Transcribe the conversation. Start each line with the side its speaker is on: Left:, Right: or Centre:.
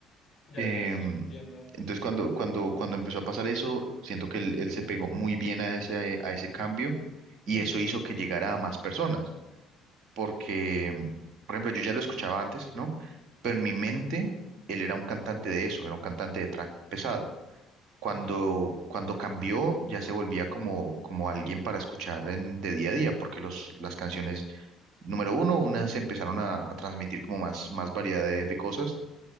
Left: ya,
Right: Em,
Left: ya, sí, entiendo.
Right: entonces, cuando, cuando, cuando empezó a pasar eso, siento que él, él se pegó muy bien a ese, a ese cambio y
Left: Ujú,
Right: eso hizo que llegara a más personas, porque, por ejemplo, yo ya lo escuchaba antes, ¿no? Pero en mi mente, él era un cantante de eso, era un cantante de trap pesado. Cuando,
Left: Ajá,
Right: cuando cambió, ya se volvía como, como alguien para escuchar en, de día a día, porque los, las canciones, número uno, unas se empezaron a, a transmitir como más, más variedad de de cosas